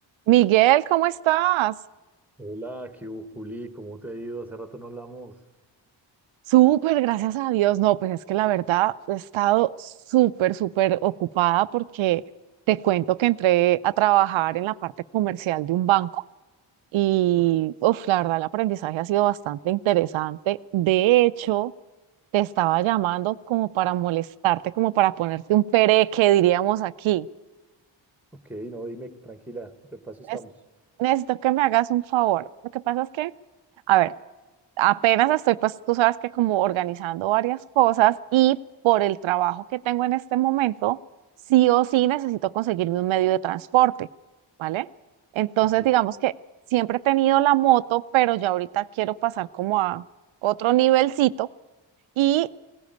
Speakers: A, on the right; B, in the centre.
A: Miguel, ¿cómo estás?
B: Hola, ¿qué hubo, Juli? ¿Cómo te ha ido? Hace rato no hablamos.
A: Súper, gracias a Dios. No, pues es que la verdad he estado súper, súper ocupada porque te cuento que entré a trabajar en la parte comercial de un banco y,
B: Ok,
A: uf, la verdad el aprendizaje ha sido bastante interesante. De hecho, te estaba llamando como para molestarte, como para ponerte un pereque, diríamos aquí.
B: ok, no, dime, tranquila, de paso
A: Es-
B: estamos.
A: Necesito que me hagas un favor. Lo que pasa es que, a ver, apenas estoy, pues tú sabes que como organizando varias cosas y por el trabajo que tengo en este momento, sí o sí necesito conseguirme un medio de transporte, ¿vale? Entonces,
B: Ok,
A: digamos que siempre he tenido la moto, pero ya ahorita quiero pasar como a otro nivelcito y